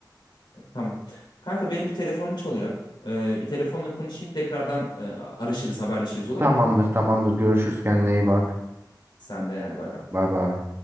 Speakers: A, on the left; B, on the right.
A: E, Tamam. Kanka benim bir telefonum çalıyor. Ee, bir telefonla konuşayım tekrardan e, arışırız haberleşiriz olur
B: Tamamdır
A: mu?
B: tamamdır. Görüşürüz kendine iyi bak.
A: Sen de hadi bay bay.
B: Bay bay.